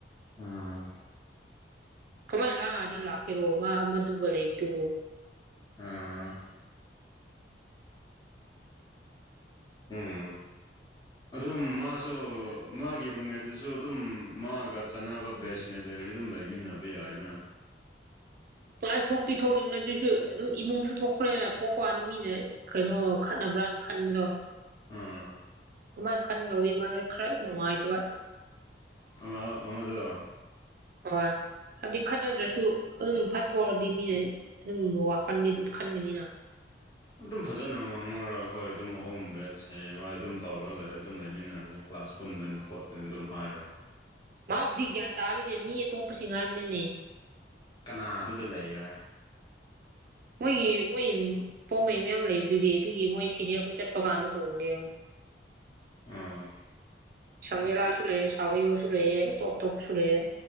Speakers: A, on the left; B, on the right.
A: ꯑ
B: ꯈꯨꯃꯟ ꯂꯥꯛꯌꯥꯔꯗꯤ ꯂꯥꯛꯀꯦꯔꯣ ꯃꯥ ꯑꯃꯗꯨꯒ ꯂꯩꯕꯗꯨꯕꯨ
A: ꯑ ꯎꯝ ꯑꯗꯨꯝ ꯃꯥꯁꯨ ꯃꯥꯒꯤ ꯔꯨꯝꯃꯦꯠꯇꯨꯁꯨ ꯑꯗꯨꯝ ꯃꯥꯒ ꯆꯥꯟꯅꯕ ꯕꯦꯁꯃꯦꯠ ꯂꯩꯔꯗꯤ ꯑꯗꯨꯝ ꯂꯩꯃꯤꯟꯅꯕ ꯌꯥꯏꯅ
B: ꯀ꯭ꯂꯥꯁ ꯊꯣꯛꯇꯤ ꯊꯣꯛꯅꯤꯡꯕꯅꯦ ꯑꯗꯨꯁꯨ ꯑꯗꯨꯝ ꯏꯃꯨꯡꯁꯨ ꯊꯣꯛꯄꯅꯤꯅ ꯊꯣꯛꯄꯋꯥꯅꯦ ꯃꯤꯅ ꯀꯩꯅꯣ ꯈꯠꯅꯕ꯭ꯔꯥꯅ ꯈꯟꯕꯗꯣ
A: ꯎꯝ
B: ꯑꯗꯨꯃꯥꯏꯅ ꯈꯟ ꯂꯧꯋꯤ ꯃꯥꯁꯦ ꯈꯔ ꯅꯨꯡꯉꯥꯏꯇꯕ
A: ꯑꯃ ꯑꯃꯗꯨ
B: ꯍꯣꯏ ꯍꯥꯏꯕꯗꯤ ꯈꯠꯅꯗ꯭ꯔꯁꯨ ꯑꯗꯨꯝ ꯐꯠꯊꯣꯛꯑꯗꯤ ꯃꯤꯅ ꯑꯗꯨꯝ ꯋꯥꯈꯜꯗꯤ ꯈꯟꯒꯅꯤꯅ
A: ꯑꯗꯨꯝ ꯐꯖꯅ ꯉꯥꯡꯅꯔꯒ ꯍꯣꯏ ꯑꯗꯨꯝ ꯑꯍꯨꯝ ꯕꯦꯠꯁ ꯍꯌꯦꯡꯋꯥꯏ ꯑꯗꯨꯝ ꯇꯧꯔꯒ ꯂꯩꯔ ꯑꯗꯨꯝ ꯂꯩꯃꯤꯟꯅꯔꯒꯦ ꯀ꯭ꯂꯥꯁ ꯄꯨꯟꯕꯅꯤꯅ ꯈꯣꯠꯄꯅꯤꯅ ꯑꯗꯨꯝ ꯍꯥꯏꯔꯣ
B: ꯃꯥꯕꯨꯗꯤ ꯒ꯭ꯌꯥꯟ ꯇꯥꯔꯅꯤꯅꯦ ꯃꯤ ꯑꯇꯣꯞꯄꯁꯤꯡ ꯍꯥꯏꯕꯅꯤꯅꯦ
A: ꯀꯅꯥ ꯑꯗꯨꯗ ꯂꯩꯕ
B: ꯃꯣꯏꯒꯤ ꯃꯣꯏ ꯄꯣꯝꯕꯩ ꯃꯌꯥꯝ ꯂꯩꯕꯗꯨꯗꯤ ꯑꯗꯨꯒꯤ ꯃꯣꯏ ꯁꯤꯅꯤꯌꯔ ꯈꯣꯏ ꯆꯠꯄ ꯀꯥꯟꯗ ꯍꯣꯡꯒꯦ
A: ꯑꯝ
B: ꯁꯪꯃꯤꯂꯥꯁꯨ ꯂꯩꯌꯦ ꯁꯥꯕꯤꯌꯨꯁꯨ ꯂꯩꯌꯦ ꯇꯣꯞ ꯇꯣꯞꯁꯨ ꯂꯩꯌꯦ